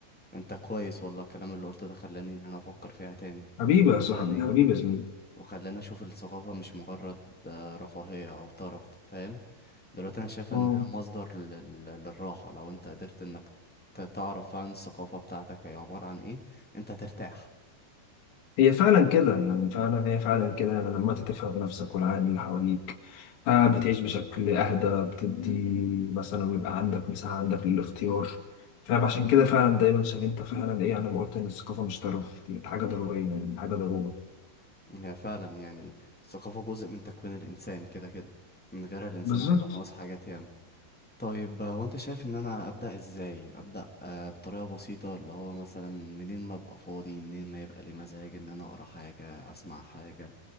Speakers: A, in the centre; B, on the left.
A: انت كويس والله الكلام اللي قلته ده خلاني ان انا افكر فيها تاني
B: حبيبي يا صاحبي
A: خلاني
B: حبيبي يا زميلي
A: وخلاني اشوف الثقافة مش مجرد آه، رفاهية او طرف فاهم دلوقتي انا شايفها
B: مم.
A: انها مصدر لل- للراحة لو انت قدرت انك ت- تعرف عن الثقافة بتاعتك هي عبارة عن ايه انت هترتاح
B: هي فعلا كده يعني فعلا هي فعلا كده يعني لما انت تفهم نفسك والعالم اللي حواليك آه بتعيش بشكل اهدى بتدي مثلا ويبقى عندك مساحة عندك للاختيار فاهم عشان كده فعلا دايما عشان انت فعلا ايه انا ما قلت ان الثقافة مش طرف دي حاجة ضرورية يعني حاجة ضرورة
A: هي فعلا يعني الثقافة جزء من تكوين الانسان كده كده من غيرها الانسان
B: بالظبط
A: هيبقى ناقص حاجات ياما طيب آه، هو انت شايف ان انا ابدا ازاي ابدا آه، بطريقه بسيطه اللي هو مثلا منين ما ابقى فاضي منين ما يبقى لي مزاج ان انا اقرا حاجه اسمع حاجه